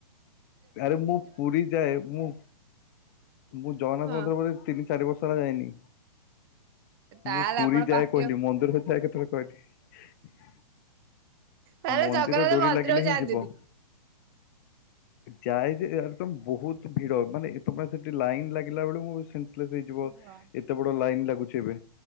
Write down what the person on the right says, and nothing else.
ହଁ
ତାହେଲେ
ଆପଣ
ପାପି
ଆଉ
ତାହେଲେ
ଜଗନ୍ନାଥ
ମନ୍ଦିରକୁ
ଯାଆନ୍ତିନି।
ହଁ।